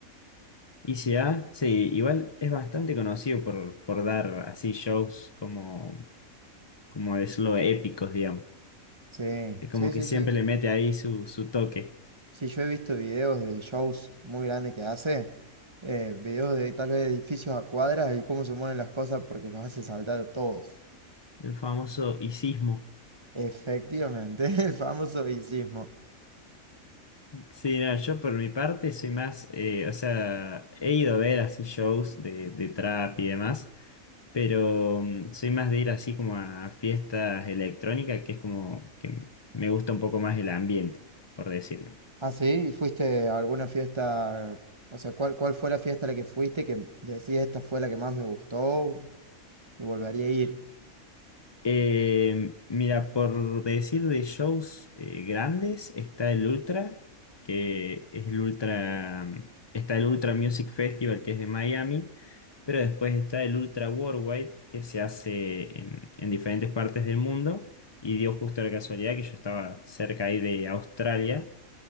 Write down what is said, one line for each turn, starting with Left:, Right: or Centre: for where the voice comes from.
Left: Y si A, sí, igual es bastante conocido por, por dar así shows como, como decirlo, épicos, digamos.
Right: Sí,
Left: Es
Right: sí,
Left: como que
Right: sí,
Left: siempre
Right: sí.
Left: le mete ahí su, su toque,
Right: Sí, yo he visto videos de shows muy grandes que hace, eh, videos de tal vez edificios a cuadras y cómo se mueven las cosas porque los hace saltar a todos.
Left: el famoso icismo.
Right: Efectivamente, <laughs> el famoso sismo
Left: Sí, no, yo por mi parte soy más, eh, o sea, he ido a ver así shows de, de trap y demás, pero mm, soy más de ir así como a fiestas electrónicas, que es como que me gusta un poco más el ambiente, por decirlo.
Right: Ah, sí, ¿y fuiste a alguna fiesta? O sea, ¿cuál, cuál fue la fiesta a la que fuiste que decís esta fue la que más me gustó y volvería a ir?
Left: Eh, mira, por decir de shows eh, grandes, está el Ultra, que es el Ultra, mm, está el Ultra Music Festival, que es de Miami, pero después está el Ultra Worldwide, que se hace en, en diferentes partes del mundo, y dio justo la casualidad que yo estaba cerca ahí de Australia.